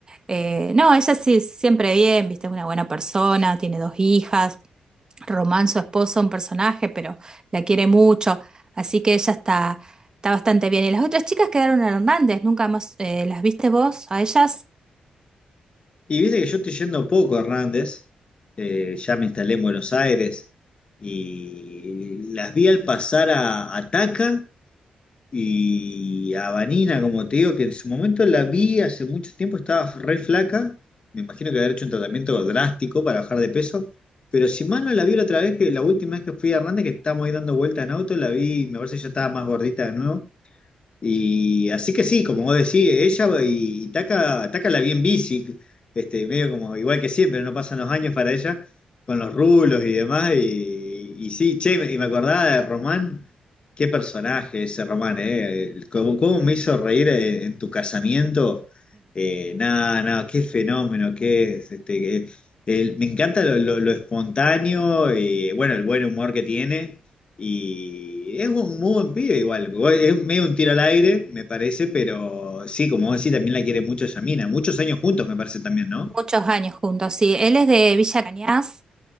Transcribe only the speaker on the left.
Y viste que yo estoy yendo poco a Hernández, eh, ya me instalé en Buenos Aires, y las vi al pasar a, a Taca Y a Vanina, como te digo, que en su momento la vi hace mucho tiempo, estaba re flaca. Me imagino que haber hecho un tratamiento drástico para bajar de peso. Pero si mal no la vi la otra vez, que la última vez que fui a Hernández, que estábamos ahí dando vueltas en auto, la vi, me parece que ya estaba más gordita de nuevo. Y así que sí, como vos decís, ella y, y Taka, Taka la bien bici, este, medio como igual que siempre, no pasan los años para ella, con los rulos y demás. Y, y sí, che, y me acordaba de Román, qué personaje ese Román, ¿eh? El- Cómo, cómo me hizo reír en, en tu casamiento. Eh, nada, nada, qué fenómeno, qué es, este, que- el- me encanta lo, lo- lo espontáneo y bueno, el buen humor que tiene. Y es un muy buen pibe igual. Es medio un tiro al aire, me parece, pero sí, como vos decís, también la quiere mucho Yamina. Muchos años juntos, me parece también, ¿no?